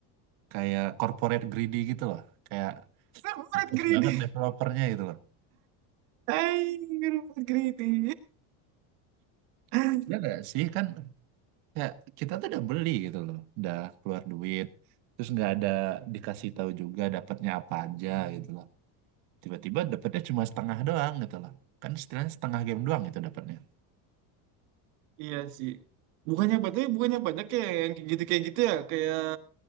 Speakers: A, on the right; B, on the right.
A: Kayak corporate greedy gitu loh. Kayak
B: Corporate
A: bagus
B: greedy.
A: banget developernya gitu loh.
B: Hai, corporate greedy. <laughs>
A: Ya nggak sih kan kayak kita tuh udah beli gitu loh udah keluar duit terus nggak ada dikasih tahu juga dapatnya apa aja gitu loh tiba-tiba dapatnya cuma setengah doang gitu loh kan setidaknya setengah game doang gitu dapatnya
B: Iya sih. Bukannya banyak, bukannya banyak kayak yang kayak gitu kayak gitu ya. Kayak